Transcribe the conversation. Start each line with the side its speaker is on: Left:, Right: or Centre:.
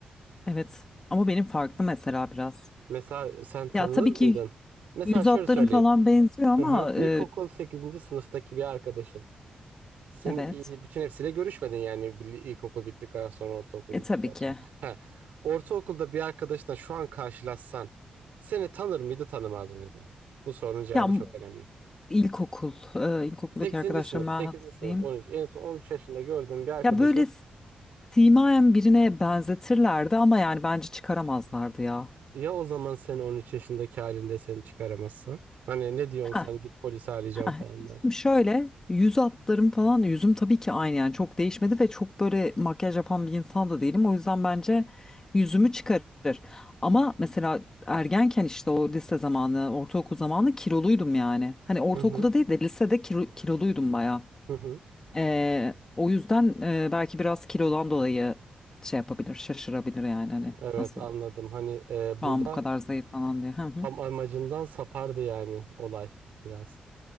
Left: Evet. Ama benim farklı mesela biraz.
Right: Mesela sen tanınır
Left: Ya tabii
Right: mıydın?
Left: ki
Right: Mesela
Left: yüz
Right: şöyle
Left: hatlarım
Right: söyleyeyim.
Left: falan benziyor ama
Right: Hı hı. İlkokul
Left: e,
Right: 8. sınıftaki bir arkadaşın. Sen
Left: evet.
Right: e, bütün hepsiyle görüşmedin yani Bil- ilkokul bittikten sonra ortaokul
Left: E
Right: bittikten
Left: tabii ki.
Right: sonra. He. Ortaokulda bir arkadaşla şu an karşılaşsan seni tanır mıydı tanımaz mıydı? Bu sorunun cevabı
Left: Ya m-
Right: çok önemli.
Left: ilkokul, e, ilkokuldaki
Right: Sekizinci
Left: arkadaşlarımı
Right: sınıf, sekizinci
Left: ben hatırlayayım.
Right: sınıf, on üç En son 13 yaşında gördüğün bir arkadaşın
Left: Ya böyle simayen birine benzetirlerdi ama yani bence çıkaramazlardı ya.
Right: ya o zaman sen 13 yaşındaki halinde seni çıkaramazsa? Hani ne diyorsun
Left: Heh,
Right: sen git polisi arayacağım
Left: heh.
Right: falan dersin.
Left: Şimdi şöyle yüz hatlarım falan yüzüm tabii ki aynı yani çok değişmedi ve çok böyle makyaj yapan bir insan da değilim. O yüzden bence yüzümü çıkarır. Ama mesela ergenken işte o lise zamanı, ortaokul zamanı kiloluydum yani. Hani ortaokulda
Right: Hı hı
Left: değil de lisede kilo, kiloluydum bayağı.
Right: hı hı.
Left: Ee, o yüzden e, belki biraz kilodan dolayı şey yapabilir, şaşırabilir yani hani
Right: Evet
Left: nasıl
Right: anladım. Hani e,
Left: şu
Right: burada
Left: an bu kadar zayıf falan diye. Hı hı.
Right: tam amacından sapardı yani olay biraz.